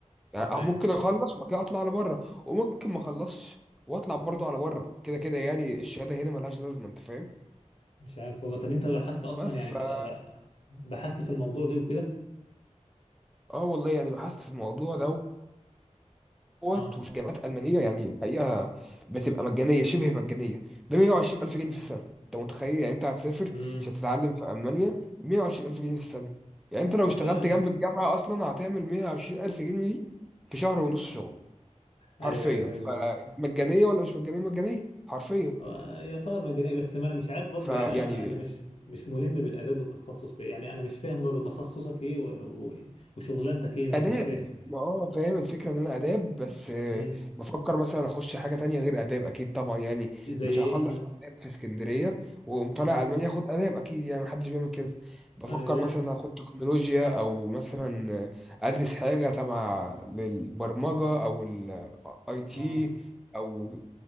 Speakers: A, in the centre; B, on the left.
A: يعني
B: تمام
A: أو ممكن أخلص وبعد كده أطلع على بره وممكن ما أخلصش وأطلع برضه على بره كده كده يعني الشهادة هنا ملهاش لازمة أنت فاهم؟
B: مش عارف والله طب انت بحثت اصلا
A: بس
B: يعني
A: فا
B: ف... آه، بحثت في الموضوع ده وكده
A: آه والله يعني بحثت في الموضوع ده دوت
B: اه
A: وجامعات ألمانية يعني الحقيقة بتبقى مجانية شبه مجانية ب 120 ألف جنيه في السنة أنت متخيل يعني أنت هتسافر
B: امم
A: عشان تتعلم في ألمانيا 120 ألف جنيه في السنة يعني أنت لو
B: بس
A: اشتغلت
B: <laughs> آه،
A: جنب الجامعة أصلا هتعمل 120 ألف جنيه دي في شهر ونص شغل
B: ايوه
A: حرفيا
B: ايوه فاهم
A: فمجانية
B: قصدك.
A: ولا مش مجانية مجانية حرفيا
B: آه، يعتبر مجانية بس ما انا مش عارف برضه
A: فيعني
B: يعني انا انا مش مش ملم بالاداب والتخصص في يعني انا مش فاهم برضه تخصصك ايه و... و... وشغلانتك ايه ما
A: اداب
B: انا مش فاهم
A: ما اه فاهم الفكره ان انا اداب بس آه،
B: امم
A: بفكر مثلا اخش حاجه تانية غير اداب اكيد طبعا يعني
B: زي
A: مش هخلص
B: ايه مثلا
A: اداب في اسكندريه واقوم طالع
B: امم
A: المانيا اخد اداب اكيد يعني محدش بيعمل كده بفكر
B: ما انا جاي
A: مثلا اخد تكنولوجيا او مثلا آه، ادرس حاجه تبع للبرمجه او الاي تي
B: اه
A: او